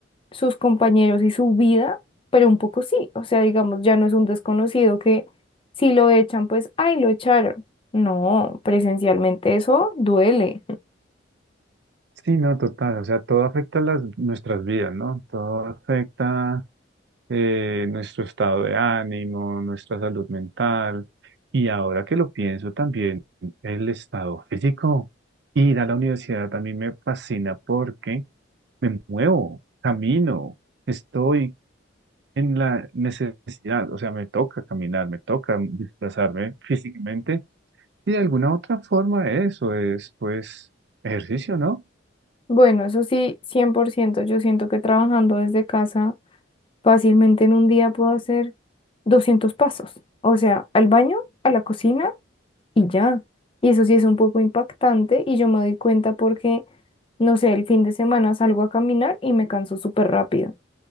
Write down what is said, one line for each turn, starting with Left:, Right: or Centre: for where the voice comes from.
Left: sus compañeros y su vida, pero un poco sí, o sea, digamos, ya no es un desconocido que si lo echan, pues, ay, lo echaron. No, presencialmente eso duele.
Right: Sí, no, total, o sea, todo afecta las, nuestras vidas, ¿no? Todo afecta eh, nuestro estado de ánimo, nuestra salud mental y ahora que lo pienso también, el estado físico. Ir a la universidad también me fascina porque me muevo, camino, estoy en la necesidad, o sea, me toca caminar, me toca desplazarme físicamente y de alguna otra forma eso es pues ejercicio, ¿no?
Left: Bueno, eso sí, 100%. yo siento que trabajando desde casa, fácilmente en un día puedo hacer 200 pasos, o sea, al baño, a la cocina y ya. Y eso sí es un poco impactante y yo me doy cuenta porque, no sé, el fin de semana salgo a caminar y me canso súper rápido.